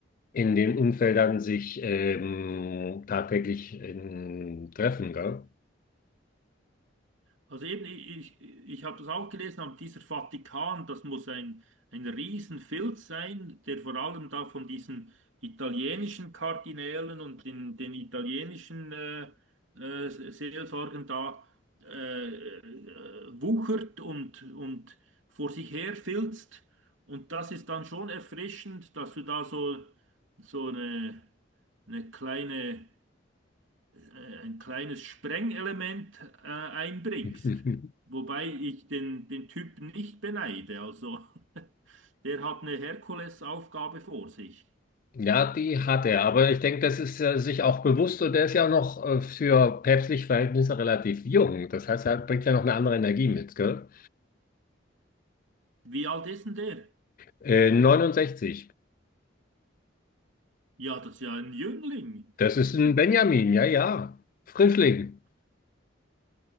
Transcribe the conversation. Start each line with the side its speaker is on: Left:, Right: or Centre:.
Left: in den Umfeldern sich ähm, tagtäglich ähm, treffen, gell?
Right: Also eben, ich, ich, ich habe das auch gelesen, aber dieser Vatikan, das muss ein, ein Riesenfilz sein, der vor allem da von diesen italienischen Kardinälen und den, den italienischen äh, äh, Seelsorgern da äh, äh, wuchert und, und vor sich her filzt. Und das ist dann schon erfrischend, dass du da so, so eine, eine kleine äh, ein kleines Sprengelement äh, einbringst.
Left: <laughs>
Right: Wobei ich den, den Typ nicht beneide. Also, <laughs> der hat eine Herkulesaufgabe vor sich.
Left: Ja, die hat er, aber ich denke, das ist er sich auch bewusst und der ist ja auch noch äh, für päpstliche Verhältnisse relativ jung. Das heißt, er bringt ja noch eine andere Energie mit, gell?
Right: Wie alt ist denn der?
Left: Äh, 69.
Right: Ja, das ist ja ein Jüngling.
Left: Das ist ein Benjamin, ja, ja. Frischling.